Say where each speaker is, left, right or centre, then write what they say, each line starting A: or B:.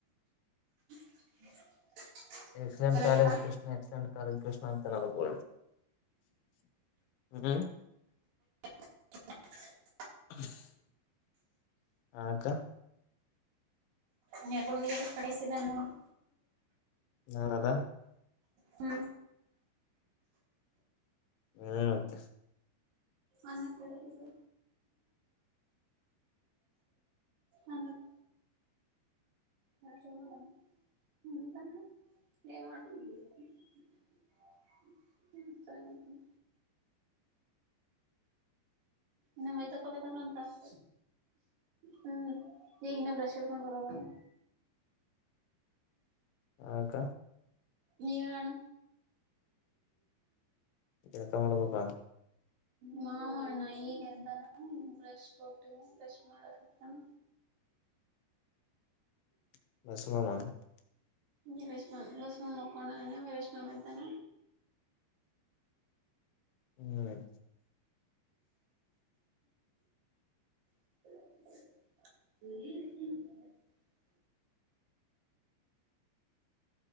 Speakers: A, on the right; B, on the left.
A: <unintelligible>
B: ಎಕ್ಸಾಮ್
A: ಕರೆಕ್ಟಾ
B: college Krishna exam college Krishna ಅಂತ ನಾ ಬೋ ಹ್ಮ
A: <unintelligible>
B: <unintelligible> ಯಾಕ್
A: ನೀ ಯಾಕಡೆ ಆ ಕಡೆ ಸೀದಾ ನೋಡ್
B: ನಾನದ
A: ಹೂ
B: ಹ್ಮ್
A: ಅನ್ನಕೆ ಇಡಬೇಕು ಅನ್ನಕ್ಕ <unintelligible> ಉಂತಾನ ಏನ್ ಮಾಡ್ತಿದೀ <unintelligible> ಇನ್ನ ಮೈತಕೊಬೇಕ ಅಂದ್ರ ಒಂದ ತಾಸ ಹ್ಮ್ ಈಗ ಇನ್ನ ಬ್ರಷ್ ಹಿಡ್ಕೊಂಡ ಹೊರಬೇಕು
B: ಯಾಕ
A: ನೀ ಹೇಳ ಅಣ್ಣ
B: ಜಳಕ ಮಾಡಬೇಕಾ
A: ಹಾ ಅಣ್ಣ ಈಗ ಎದ್ದಾನ ಬ್ರಶ್ ಕೊಟ್ಟವು ಬ್ರಶ್ ಮಾಡಕತಾನ
B: <unintelligible>
A: ವೀರೇಶ್ ಮಾಮಾ ಬ್ರಷ್ ಮಾಡಿ ಮಕಂಡನ ವೀರಶ ಮಾಮ ಎದ್ದನ
B: ಹ್ಮ್
A: <unintelligible>